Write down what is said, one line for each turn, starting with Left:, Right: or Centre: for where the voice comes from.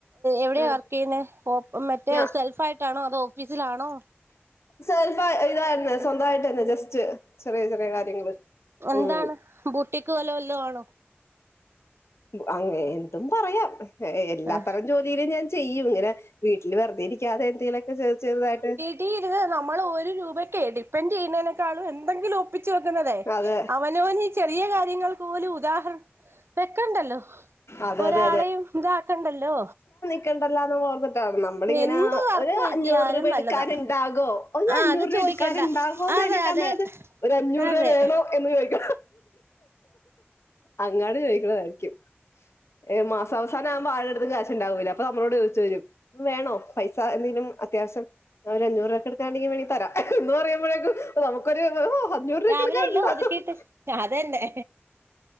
Right: എവിടെയാ
Left: ആഹ്
Right: വർക്ക് ചെയ്യുന്നെ.? മറ്റേ
Left: ഞാ
Right: സെൽഫ് ആയിട്ടാണോ? അതോ ഓഫീസിലാണോ?
Left: സെൽഫ് ഇതായിരുന്നു. സ്വന്തായിട്ടെന്നെ. ജസ്റ്റ് ചെറിയ, ചെറിയ കാര്യങ്ങള്.
Right: എന്താണ്
Left: ഉം.
Right: ബൂട്ടിക്ക് വല്ലോം വല്ലോ ആണോ?
Left: അങ്ങെ എന്തും പറയാം. എല്ലാത്തരം
Right: ആ
Left: ജോലിയിലും ഞാൻ ചെയ്യും. ഇങ്ങനെ വീട്ടില് വെറുതെ ഇരിക്കാതെ എന്തങ്കിലൊക്കെ ചെർ ചെർതായിട്ട്.
Right: ട്ടീര്ന്ന് നമ്മള് ഒരു രൂപക്ക്‌ ഡിൻപ്പെന്റ ചെയ്യുന്നെക്കാളും എന്തെങ്കിലും ഒപ്പിച്ച് വെക്കുന്നെതെ
Left: അതെ
Right: അവൻ അവനവൻ ഈ ചെറിയ കാര്യങ്ങൾ പോലും ഉദാഹരണം. വെക്കണ്ടല്ലോ.
Left: അതെ
Right: ഒരാളെയും
Left: അതെ
Right: ഇതാക്കണ്ടല്ലോ.
Left: ക്കെണ്ടെല്ലാന്ന് ഓർന്ന് ക്കാന്ന്. ന്നമ്മളി ങ്ങനെ
Right: എന്ത് വർക്ക്
Left: ഒര്
Right: കിട്ടിയാലും
Left: അഞ്ഞൂറ് രൂപ എടുക്കാൻണ്ടാകോ.
Right: നല്ലതാ
Left: ഒര്
Right: ആ
Left: അഞ്ഞൂറ്
Right: അത്
Left: രൂപ
Right: ചോദിക്കണ്ട
Left: എട് ക്കാന് ണ്ടാവോന്ന്
Right: അതെ
Left: അതിനെക്കാ
Right: അതെ
Left: ന്നല്ലത്. ഒര് അഞ്ഞൂറ്
Right: അതെ
Left: രൂപ വേണോ. എന്ന് ചോദിക്ക. അങ്ങാട് ചോദിക്കണതായിരിക്കും. ഏഹ് മാസാവസാനം ആരെട്തും കാശുണ്ടാവില്ല. അപ്പൊ ന്നമ്മളോട് ചോദിച്ച് വെരും. വേണോ പൈസ എന്തെങ്കിലും അത്യാവശ്യം. ഒര അഞ്ഞൂറ് രൂപക്കെ എടുക്കാണ്ടെങ്കിൽ വേണെങ്കി തെര. എന്ന് പറുമ്പോഴേക്കും ന്നമ്മുക്കൊര് ഹൊ അഞ്ഞൂറ് രൂപക്കെ
Right: രാവിലെ
Left: എടുക്കാനുണ്ടോ?
Right: എല്ലാം ഒതുക്കിട്ട് അതന്നെ